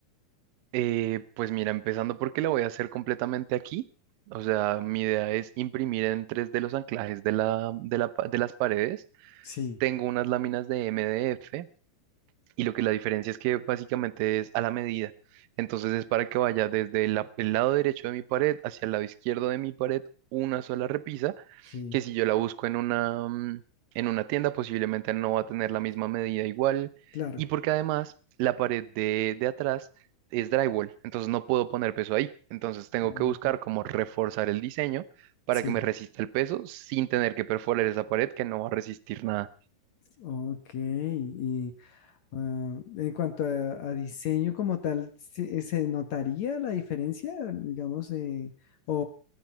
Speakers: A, on the right; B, on the left.
A: Eh, pues mira, empezando porque la voy a hacer completamente aquí. O sea, mi idea es imprimir en tres d los anclajes de la, de la pa- de las paredes.
B: Sí,
A: Tengo unas láminas de MDF y lo que la diferencia es que básicamente es a la medida. Entonces es para que vaya desde la- el lado derecho de mi pared hacia el lado izquierdo de mi pared una sola repisa,
B: sí,
A: que si yo la busco en una, mm, en una tienda posiblemente no va a tener la misma medida igual.
B: claro.
A: Y porque además la pared de, de atrás es drywall, entonces no puedo poner peso ahí. Entonces tengo
B: ah,
A: que buscar cómo reforzar el diseño para
B: sí,
A: que me resista el peso sin tener que perforar esa pared que no va a resistir nada.
B: ok. Y ah, en cuanto a, a diseño como tal, ¿se, se notaría la diferencia, digamos, eh, o,